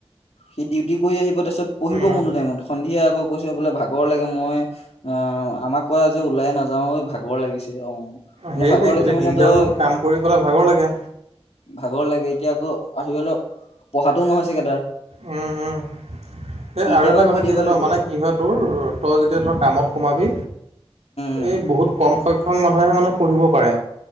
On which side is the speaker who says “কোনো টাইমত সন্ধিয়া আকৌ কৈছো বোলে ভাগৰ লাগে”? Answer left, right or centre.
Left